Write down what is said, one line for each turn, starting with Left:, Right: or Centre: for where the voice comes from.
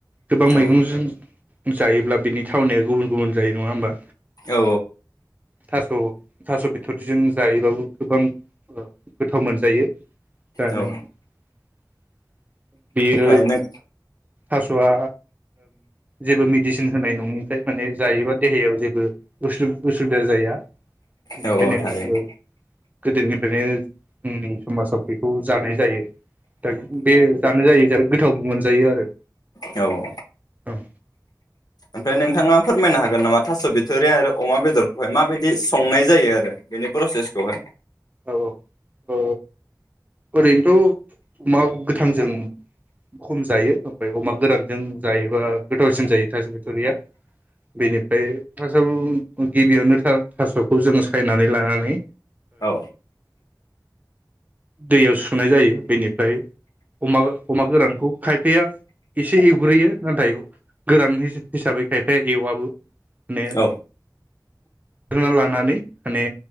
Right: गोबां मैगंजों
Left: औ
Right: जायोब्ला बेनि थावनाया गुबुन गुबुन जायो नङा होमबा
Left: औ
Right: थास' थास' बिथरिजों जायोबाबो गोबां गोथाव मोनजायो <unintelligible>
Left: औ
Right: बियो
Left: ओमफ्राय नों
Right: थास'आ जेबो मेदिसिन होनाय नङनिफ्राय माने जायोबा देहायाव जेब उसुबिदा जाया बेनिखायनो
Left: औ थारैनो
Right: गोदोनिफ्रायनो जोंनि समाजाव बेखौ जानाय जायो दा बे जानो जायो हिसाबै बे गोथावबो मोनजायो आरो
Left: औ
Right: औ
Left: ओमफ्राय नोंथाङा फोरमायनो हागोन नामा थास' बिथोरि आरो अमा बेदरखौहाय माबायदि संनाय जायो आरो बेनि प्रसेसखौहाय
Right: औ औ ओरैनोथ' अमा गोथांजों खम जायो ओमफ्राय अमा गोरानजों जायोबा गोथावसिन जायो थास' बिथ'रिया बेनिफ्राय थास' गिबियावनो थास'खौ जों सायनानै लानानै
Left: औ
Right: दैयाव सुनाय जायो बेनिफ्राय अमा अमा गोरानखौ खायफाया एसे एवग्रोयो नाथाय गोरान हिसाबै खायफाया एवाबो माने
Left: औ
Right: गना लानानै माने